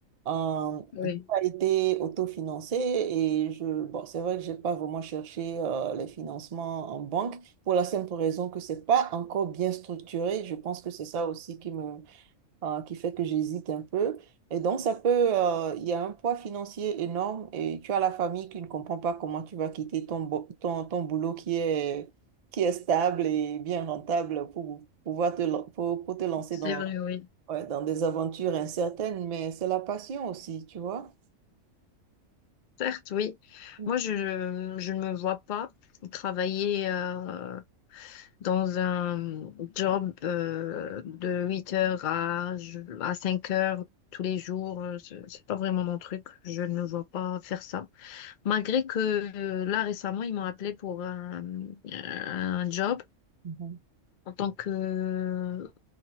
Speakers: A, on the right; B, on the left.
A: Euh,
B: Oui,
A: tout a été autofinancé et je, bon, c'est vrai que j'ai pas vraiment cherché euh, les financements en banque pour la simple raison que c'est pas encore bien structuré. Je pense que c'est ça aussi qui me, euh, qui fait que j'hésite un peu. Et donc, ça peut, euh, il y a un poids financier énorme et tu as la famille qui ne comprend pas comment tu vas quitter ton, bo- ton, ton boulot qui est, qui est stable et bien rentable pour pouvoir te, lan- pour pour te lancer
B: c'est
A: dans
B: vrai, oui.
A: ouais, dans des aventures incertaines, mais c'est la passion aussi, tu vois.
B: Certes, oui.
A: Mm,
B: Moi, je, je ne me vois pas travailler euh, dans un job euh, de 8 heures à, je- à 5 heures tous les jours. Euh, C'est c'est pas vraiment mon truc. Je ne me vois pas faire ça. Malgré que euh, là, récemment, ils m'ont appelé pour un, euh, un job
A: mhm.
B: en tant que, euh,